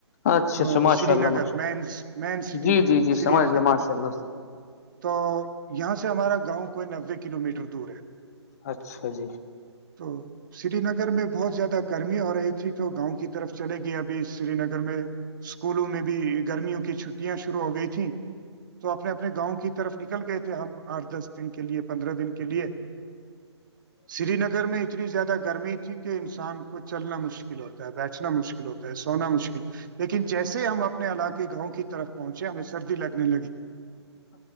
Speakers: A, on the left; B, on the right.
A: اچھا
B: تو
A: -اچھا ماشاء
B: سری
A: اللہ
B: نگر
A: ماشاءلہ
B: مینس مین سٹی
A: جی-
B: میں
A: جی- جی
B: سری
A: سمجھ
B: نگر
A: گئےے
B: میں
A: ماشاء اللہ
B: تو یہاں سے ہمارا گاؤں کوئی نوے کلو میٹر دور ہے-
A: اچھا جی
B: تو سری نگر میں بہت زیادہ گرمی ہو رہی تھی تو گاؤں کی طرف چلے گی ابھی- سری نگر میں اسکولوں میں بھی گرمیوں کی چھٹیاں شروع ہو گئی تھیں- تو اپنے -اپنے گاؤں کی طرف نکل گئے تھے ہم آٹھ دس دن کے لیئے پندرہ دن کے لیئے-
A: <unintelligible>
B: سری نگر میں اتنی زیادہ گرمی تھی کہ انسان کو چلنا مشکل ہوتا ہے بیٹھنا مشکل ہوتا سونا مشکل لیکن جیسے ہم اپنے علاقے گاؤں کی طرف پہنچے ہمیں سردی لگنے لگی